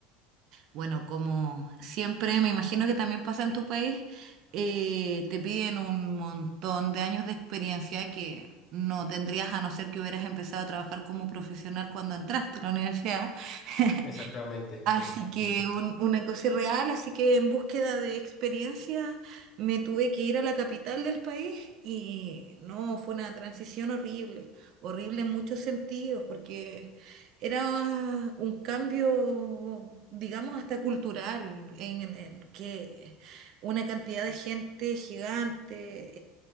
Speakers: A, on the right; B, on the left.
A: bueno, como siempre, me imagino que también pasa en tu país, eh, te piden un montón de años de experiencia que no tendrías a no ser que hubieras empezado a trabajar como profesional cuando entraste a la universidad. <laughs>
B: Exactamente,
A: Así
B: sí.
A: que
B: Sí, sí.
A: un- una cosa irreal, así que en búsqueda de experiencia me tuve que ir a la capital del país y no, fue una transición horrible, horrible en muchos sentidos, porque era un cambio, digamos, hasta cultural, en, en- que una cantidad de gente gigante,